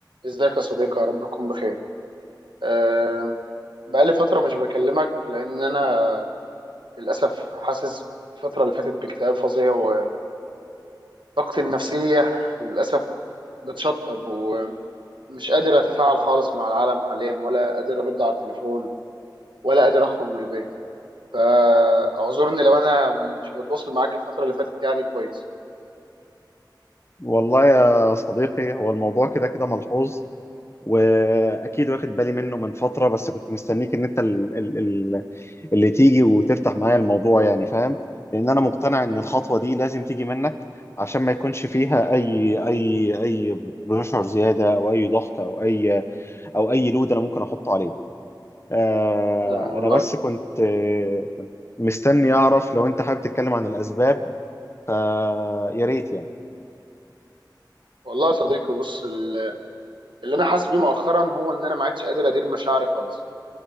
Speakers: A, on the right; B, on the left.
A: ازيك يا صديقي يا رب تكون بخير أه بقالي فترة مش بكلمك لأن أنا للأسف حاسس الفترة اللي فاتت باكتئاب فظيع وطاقتي النفسية للأسف بتشطب ومش قادر أتفاعل خالص مع العالم حاليا ولا قادر أرد على التليفون ولا قادر أخرج من البيت فاعذرني لو أنا مش بتواصل معاك الفترة اللي فاتت يعني كويس
B: والله يا صديقي هو الموضوع كده كده ملحوظ واكيد واخد بالي منه من فتره بس كنت مستنيك ان انت ال- ال- ال- اللي تيجي وتفتح معايا الموضوع يعني فاهم لان انا مقتنع ان الخطوه دي لازم تيجي منك عشان ما يكونش فيها اي اي اي بريشر زياده او اي ضغط او اي او اي لود انا ممكن احطه عليه آه،
A: لما
B: انا
A: والله
B: بس كنت آه، مستني اعرف لو انت حابب تتكلم عن الاسباب فيا ريت يعني
A: والله يا صديقي بص ال- اللي أنا حاسس بيه مؤخرا هو إن أنا ما عدتش قادر أدير مشاعري خالص